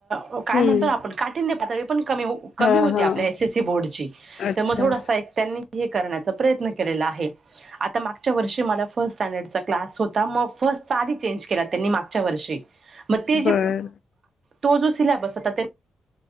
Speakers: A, on the right (about 55°); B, on the left (about 70°).
A: हो काय म्हणतो
B: हम्म
A: ना आपण काठीन्य पातळी... पण कमी
B: हा
A: होती
B: हा
A: एस एससी बोर्ड ची..
B: अच्छा
A: करण्याचा प्रयत्न केलेल आहे आता मागच्या वर्षी माझा फस्ट स्टँडचा क्लास... होता मग फस्ट कधी.... चेंज केला त्यांनी मागच्या वर्षी मग ते जे....
B: बर
A: तो जो सिलेबस आता ते.....